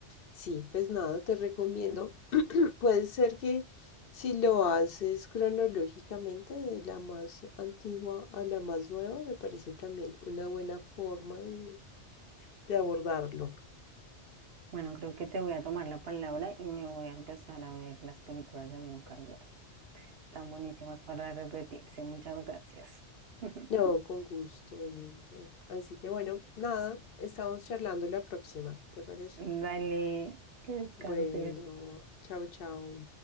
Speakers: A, on the left (about 55°); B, on the right (about 60°).
A: sí, pues nada, te recomiendo. <clears throat> Puede ser que si lo haces cronológicamente, de la más antigua a la más nueva, me parece también una buena forma de, de abordarlo.
B: Bueno, creo que te voy a tomar la palabra y me voy a empezar a ver las películas de Wong Kar-wai. Están buenísimas para repetirse. Muchas gracias. <laughs>
A: No, con gusto, eh, mujer. Así que bueno, nada, estamos charlando la próxima, ¿te parece?
B: Dale, que descanses.
A: Bueno, chao, chao.